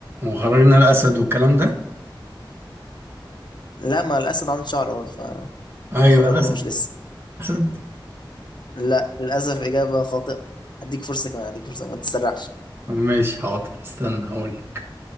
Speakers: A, on the right; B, on the left.
A: وخرجنا الأسد والكلام ده
B: لا ما الأسد عنده شعر برضه فما
A: اه يبقى
B: خرجناهوش
A: الأسد
B: لسه
A: أسد
B: لا للأسف إجابة خاطئة هديك فرصة كمان هديك فرصة ما تتسرعش
A: ماشي حاضر استنى هقولك